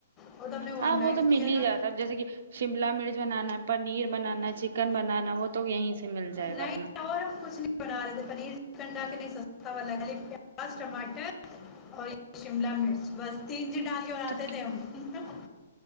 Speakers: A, on the left; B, on the right.
A: اور تو ہم نے
B: ہاں
A: آن لائن
B: وہ تو مل
A: کیا
B: ہی
A: تھا
B: جاتا ہے اب جیسے کہ شملہ مرچ بنانا ہے پنیر بنانا چکن بنانا وہ تو یہیں سے مل جائے
A: نہیں
B: گا اپنا
A: اور ہم کچھ نہیں بنا رہے تھے پنیر چکن ڈا کے نہیں سستا والاگ پیاز ٹماٹر اور شملہ مرچ بس تین چیٹال کے بناتے
B: تو
A: تھے ہم